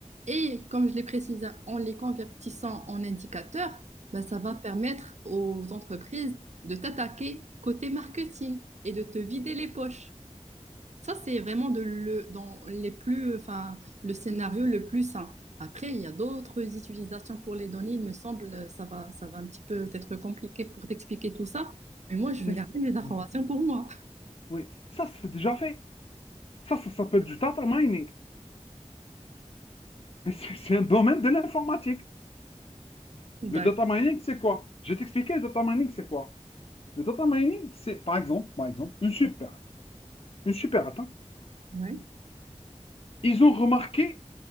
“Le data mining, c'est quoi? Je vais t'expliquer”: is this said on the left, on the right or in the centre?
Left